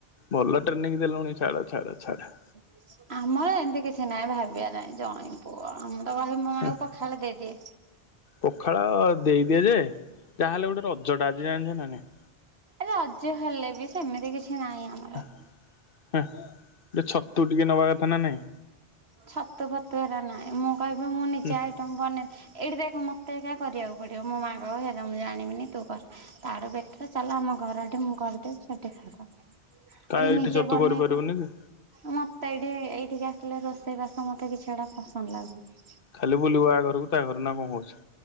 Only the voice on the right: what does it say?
<inaudible> ଆମର ଏମିତି କିଛି ନାହିଁ ଭାବିବା ନାହିଁ ଜୋଇଁ ପୁଅ ମୁଁ ତ କହିବି ମୋ ମାଆଙ୍କୁ
ପଖାଳ ଦେଇଦିଅ।
ରଜ ହେଲେ ବି, ସେମିତି କିଛି ନାହିଁ ଆମ
ଛତୁ ଫତୁ ଏରା ନାଇଁ, ମୁଁ କହିବି ମୁଁ ନିଜେ
ଆଇ ଟମ୍ ବନେଇ ଏଇଠି ଦେଖ୍ ମତେ ଏକା କରିବାକୁ ପଡ଼ିବ ମୋ ମାଆ କହିବ ହେଇରା ମୁଁ ଜାଣିବିନି ତୁ କର। ତାଠୁ ବେଟର ଚାଲ ଆମ ଘର ଏଠିକି ମୁଁ କରିଦେବି ସେଠି ଖାଇବ।
ଏଠି
ନିଜେ
ବନେଇବୁ।
ମତେ ଏଇଠି ଏଇଠିକି ଆସିଲେ ରୋଷେଇ ବାସ ମତେ କିଛି ଏଗୁଡ଼ା ପସନ୍ଦ ଲାଗୁନି।